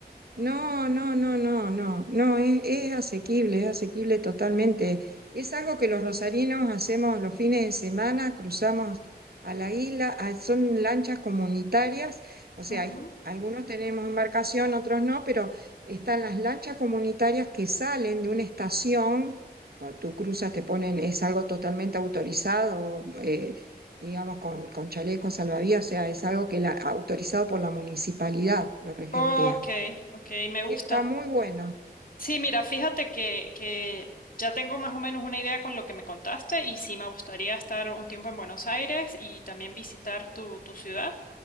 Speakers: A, on the right; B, on the left.
A: No, no, no, no, no, no, es, es asequible, es asequible totalmente. Es algo que los rosarinos hacemos los fines de semana, cruzamos a la isla, ah, son lanchas comunitarias, o sea,
B: Ujú.
A: hay- algunos tenemos embarcación, otros no, pero están las lanchas comunitarias que salen de una estación, cuando tú cruzas, te ponen, es algo totalmente autorizado, eh, digamos, con, con chalecos salvavidas, o sea, es algo que la, autorizado por la municipalidad, lo regentea.
B: Ok, ok, me gusta.
A: Y está muy bueno.
B: Sí, mira, fíjate que, que ya tengo más o menos una idea con lo que me contaste y sí me gustaría estar un tiempo en Buenos Aires y también visitar tu, tu ciudad.